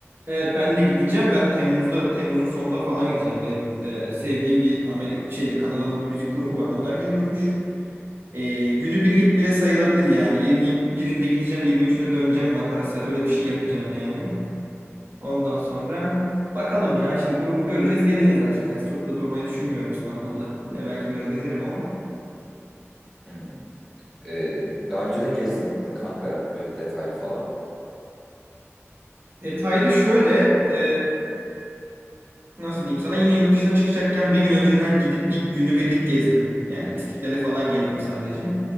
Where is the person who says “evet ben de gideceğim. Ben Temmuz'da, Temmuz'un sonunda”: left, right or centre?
Right